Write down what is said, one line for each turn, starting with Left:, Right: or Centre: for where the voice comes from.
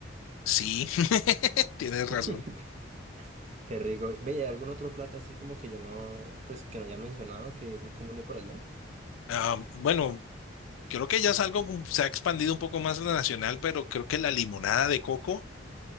Left: Sí, <laughs> tienes razón.
Right: <laughs> Qué rico. Ve, ¿y ¿hay algún otro plato así como que yo no, pues que no haya mencionado, que es muy común de por allá?
Left: Ah, bueno, Creo que ya es algo, como- se ha expandido un poco más lo nacional, pero creo que la limonada de coco